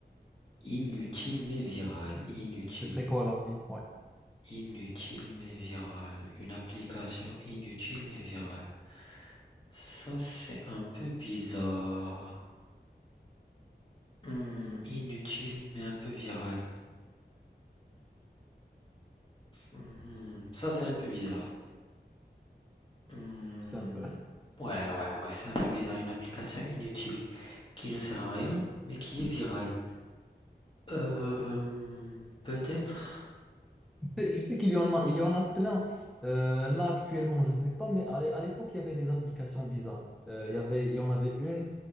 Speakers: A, on the left (about 25°); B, in the centre.
A: Inutile mais virale,
B: C'est-
A: inutile.
B: Ce serait quoi l'appli? Ouais,
A: Inutile mais virale. Une application inutile mais virale. Ça, c'est un peu bizarre. Hmm, inutile mais un peu virale. Mhm, Ça, c'est un peu bizarre. Hmm,
B: c'est un peu.
A: Ouais, ouais, ouais, c'est un peu bizarre. Une application inutile qui ne sert à rien mais qui est virale. Euh, peut-être
B: Tu sais, tu sais qu'il y en a, il y en a plein. Euh, là, actuellement, je sais pas, mais à l'é- à l'époque, il y avait des applications bizarres. Euh, il y avait, il y en avait une.